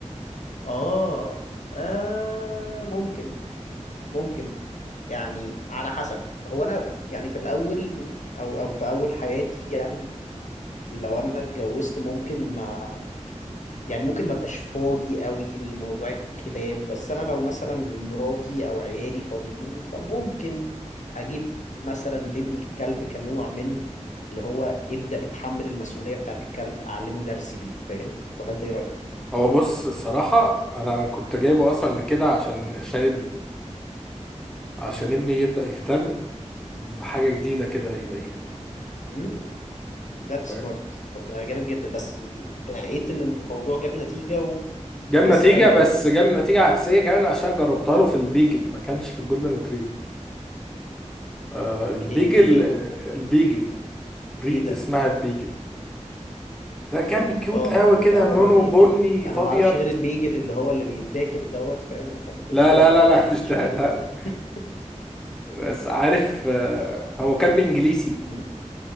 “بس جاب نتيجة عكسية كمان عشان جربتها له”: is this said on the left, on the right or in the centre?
Centre